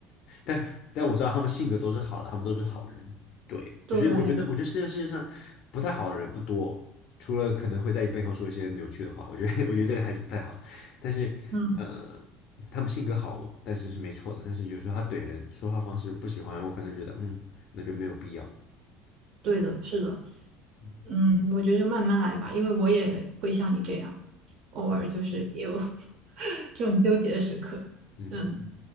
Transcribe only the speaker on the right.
对，
嗯，
对的，是的。
嗯，我觉得就慢慢来吧，因为我也会像你这样，偶尔就是也有 <laughs> 这种纠结的时刻。
嗯，